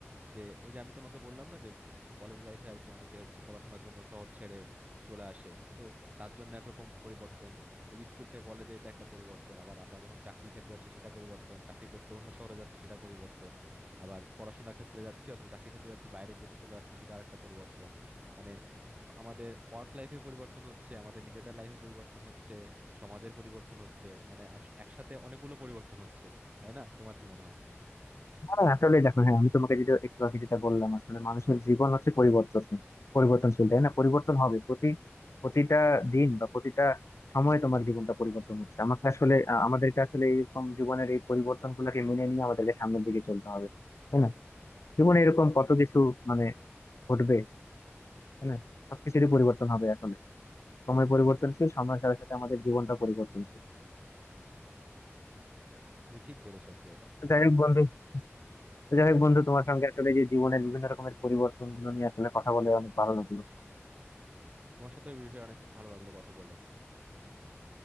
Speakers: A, on the right; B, on the left.
A: যে ওই যে আমি তোমাকে বললাম না যে কলেজ লাইফে আর কি অনেকে হচ্ছে পড়াশোনার জন্য শহর ছেড়ে চলে আসে তো তার জন্য একরকম পরিবর্তন এই যে স্কুল থেকে কলেজে এটা একটা পরিবর্তন আবার আমরা যখন চাকরি ক্ষেত্রে যাচ্ছি সেটা পরিবর্তন চাকরি করতে অন্য শহরে যাচ্ছি সেটা পরিবর্তন আবার পড়াশোনার ক্ষেত্রে যাচ্ছি অথবা চাকরি ক্ষেত্রে যাচ্ছি বাইরের দেশে চলে যাচ্ছি সেটা আরেকটা পরিবর্তন মানে আমাদের ওয়ার্ক লাইফে পরিবর্তন হচ্ছে আমাদের নিজেদের লাইফে পরিবর্তন হচ্ছে সমাজের পরিবর্তন হচ্ছে মানে আস- একসাথে অনেকগুলো পরিবর্তন হচ্ছে তাই না তোমার কি মনে হয়
B: হ্যাঁ আসলে দেখো হ্যাঁ আমি তোমাকে যেটা একটু আগে যেটা বললাম আসলে মানুষের জীবন হচ্ছে পরিবর্তনশীল পরিবর্তনশীল তাই না পরিবর্তন হবে প্রতি প্রতিটা দিন বা প্রতিটা সময়ে তোমার জীবনটা পরিবর্তন হচ্ছে আমাকে আসলে আ- আমাদেরকে আসলে এরকম জীবনের এই পরিবর্তন গুলাকে মেনে নিয়ে আমাদেরকে সামনের দিকে চলতে হবে তাই না জীবনে এরকম কত কিছু মানে ঘটবে তাই না সবকিছুরই
A: হুম,
B: পরিবর্তন হবে আসলে সময়
A: ঠিক
B: পরিবর্তনশীল সময়ের সাথে সাথে আমাদের জীবনটা পরিবর্তনশীল
A: তুমি ঠিক বলেছো আসলে এটা
B: তো যাই হোক বন্ধু তো যাই হোক বন্ধু তোমার সঙ্গে আসলে যে জীবনের বিভিন্ন রকমের পরিবর্তন গুলো নিয়ে আসলে কথা বলে অনেক ভালো লাগলো
A: তোমার সাথে এই বিষয়ে অনেক ভালো লাগলো কথা বলে